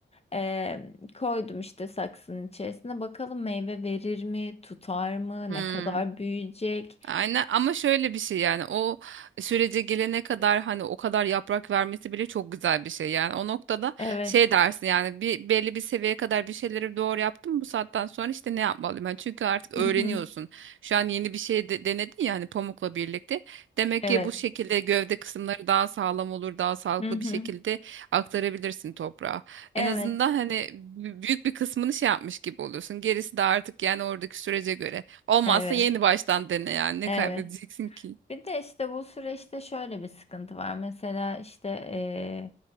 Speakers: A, on the left (about 30°); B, on the right (about 80°).
A: E, koydum işte saksının içerisine. Bakalım meyve verir mi, tutar mı,
B: Hmm.
A: ne kadar büyüyecek.
B: Aynen ama şöyle bir şey yani o sürece gelene kadar hani o kadar yaprak vermesi bile çok güzel bir şey yani o noktada
A: Evet.
B: şey dersin yani bir belli bir seviyeye kadar bir şeyleri doğru yaptım bu saatten sonra işte ne yapmalıyım yani çünkü artık öğreniyorsun
A: Hı hı.
B: şu an yeni bir şey de, denedin ya hani pamukla birlikte demek
A: Evet.
B: ki bu şekilde gövde kısımları daha sağlam olur daha sağlıklı
A: Hı hı.
B: bir şekilde aktarabilirsin toprağa
A: Evet.
B: en azından hani bü- büyük bir kısmını şey yapmış gibi oluyorsun gerisi de artık yani oradaki sürece göre. Olmazsa
A: Evet.
B: yeni baştan dene yani. Ne
A: Evet.
B: kaybedeceksin ki?
A: Bir de işte bu süreçte şöyle bir sıkıntı var. Mesela işte eee,